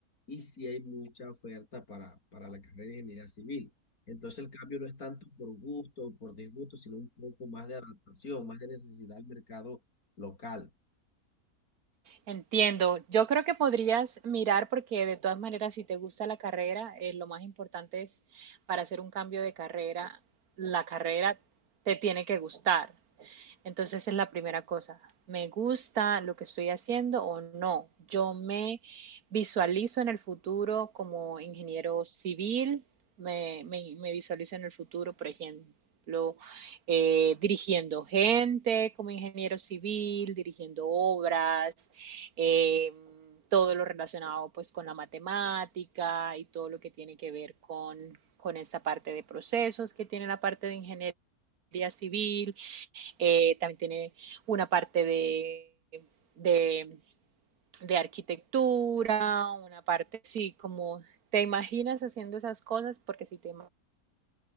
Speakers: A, on the left; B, on the right.
A: y sí hay mucha oferta para, para la carrera de ingeniería civil. Entonces el cambio no es tanto por gusto o por disgusto, sino un poco más de adaptación, más de necesidad al mercado local.
B: Entiendo. Yo creo que podrías mirar porque de todas maneras si te gusta la carrera, eh, lo más importante es para hacer un cambio de carrera, la carrera te tiene que gustar. Entonces es la primera cosa. ¿Me gusta lo que estoy haciendo o no? Yo me visualizo en el futuro como ingeniero civil, me, me, me visualizo en el futuro, por ejemplo, eh, dirigiendo gente como ingeniero civil, dirigiendo obras, eh, todo lo relacionado pues con la matemática y todo lo que tiene que ver con, con esta parte de procesos que tiene la parte de ingeniería civil, eh, también tiene una parte de, de, de arquitectura, una parte, sí, como te imaginas haciendo esas cosas, porque si te